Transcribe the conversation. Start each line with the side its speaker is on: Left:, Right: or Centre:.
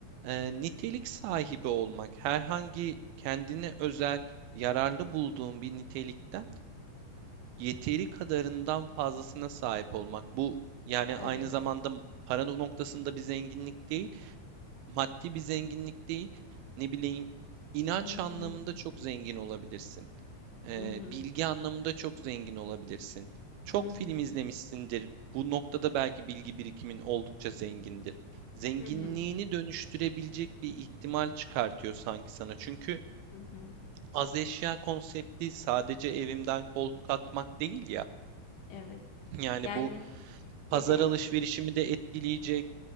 Right: eee, nitelik sahibi olmak. Herhangi kendine özel yararlı bulduğun bir nitelikten yeteri kadarından fazlasına sahip olmak. Bu yani
Left: Evet.
Right: aynı zamanda para noktasında bir zenginlik değil. Maddi bir zenginlik değil, ne bileyim, inanç
Left: Hı hı.
Right: anlamında çok zengin olabilirsin. Ee,
Left: Hı hı.
Right: bilgi anlamında çok zengin olabilirsin. Çok
Left: Hı hı.
Right: film izlemişsindir. Bu noktada belki bilgi birikimin oldukça zengindir. Zenginliğini
Left: Hı hı.
Right: dönüştürebilecek bir ihtimal çıkartıyor sanki sana. Çünkü
Left: Hı hı.
Right: az eşya konsepti sadece evimden koltuk atmak değil ya.
Left: Evet.
Right: Yani
Left: Yani
Right: bu pazar
Left: bir de
Right: alışverişimi de etkileyecek.